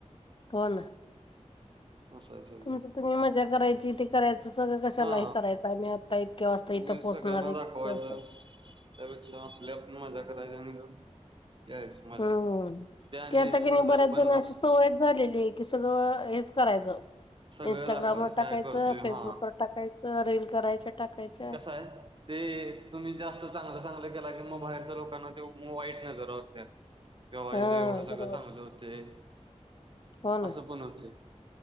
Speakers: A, on the left (about 45°); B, on the right (about 45°).
A: कोण?
B: असं आहे, सगळं.
A: तुमचं तुम्ही मजा करायची ते करायचं, सगळं कशाला
B: हा
A: हे करायचं. आम्ही आत्ता इतक्या वाजता इथं
B: उगीच
A: पोचणार
B: सगळ्यांना
A: आहे,
B: दाखवायचं
A: तितक्या वाजता तिथं
B: त्यापेक्षा आपल्या आपण मजा करायची, नि गप यायच मजा
A: हम्..
B: त्याने
A: की आता किनी
B: नजर
A: न बऱ्याच
B: पण
A: जण
B: लागते
A: अ सवय झालेली आहे की सगळं हेच करायचं
B: सगळं
A: इं्स्टाग्रामवरर
B: दाखवायचं
A: टाकायचं
B: काय करतोय
A: फेसबुक
B: हा
A: वर टाकायचं रील करायच्या टाकायच्या
B: काय ते तुम्ही जास्त चांगलं चांगलं केला की मग बाहेरच्या लोकांना ते वाईट नजर आहत्या कवाईचं
A: हा
B: एवढं सगळं
A: बरोबर
B: चांगलं होते
A: हो ना
B: असं पण होते